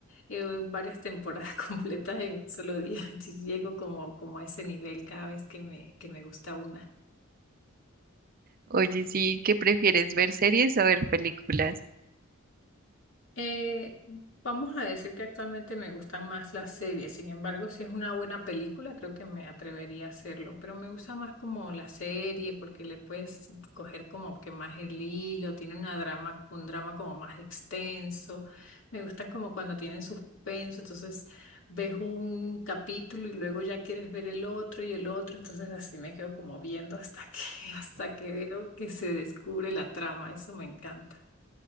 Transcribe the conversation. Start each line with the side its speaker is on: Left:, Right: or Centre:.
Left: eh, varias temporadas <laughs> completas en un solo día. <laughs> Sí Llego como, como a ese nivel cada vez que me, que me gusta una.
Right: Oye, sí, ¿qué prefieres, ver series o ver películas?
Left: Eh, vamos a decir que actualmente me gustan más las series, sin embargo, si es una buena película, creo que me atrevería a hacerlo, pero me gusta más como la serie porque le puedes coger como que más el hilo, tiene una drama, un drama como más extenso, me gustan como cuando tienen suspenso, entonces ves un capítulo y luego ya quieres ver el otro y el otro, entonces así me quedo como viendo hasta que, <laughs> hasta que veo que se descubre la trama, eso me encanta.